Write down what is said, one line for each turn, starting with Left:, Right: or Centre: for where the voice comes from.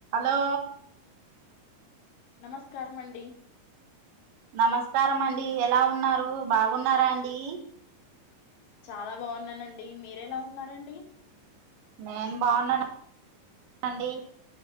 Right: దా.
Left: నమస్కారం అండి.
Right: నమస్కారం అండి ఎలా ఉన్నారు బాగున్నారా అండీ.
Left: చాలా బాన్నానండి మీర ఎలా ఉన్నారండి.
Right: నేను బాన్నా అండి.